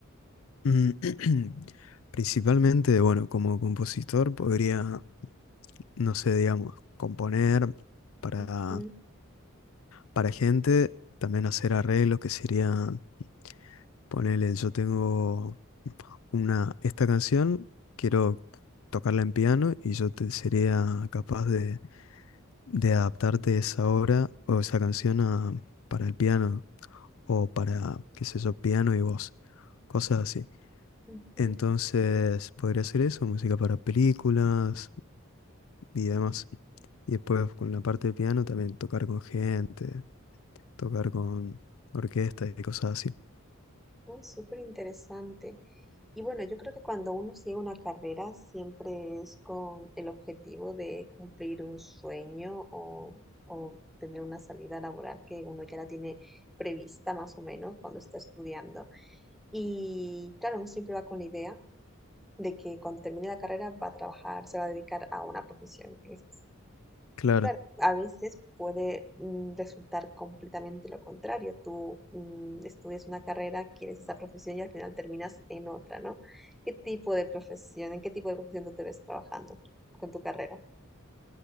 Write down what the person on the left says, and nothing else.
Mm, <clears throat> Principalmente, bueno, como compositor podría, no sé, digamos, componer para,
para gente, también hacer arreglos que serían, ponele, yo tengo una, esta canción, quiero tocarla en piano y yo te sería capaz de, de adaptarte esa obra o esa canción a- para el piano o para, qué sé yo, piano y voz, cosas así.
Entonces podría hacer eso, música para películas y demás. Y después con la parte de piano también tocar con gente, tocar con orquesta y cosas así.
Claro.